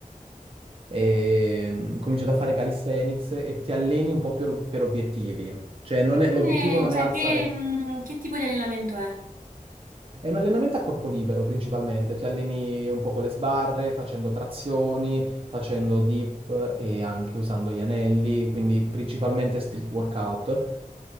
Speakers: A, on the right (about 40°); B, on the right (about 75°).
A: E, mm, comincio a fare calisthenics e ti alleni un po' più per obiettivi. Cioè non
B: E
A: è-
B: come,
A: l'obiettivo non
B: cioè,
A: è alzare
B: che, mm, che tipo di allenamento è?
A: È un allenamento a corpo libero principalmente, ti alleni un po' con le sbarre, facendo trazioni, facendo dip e anche usando gli anelli, quindi principalmente street workout.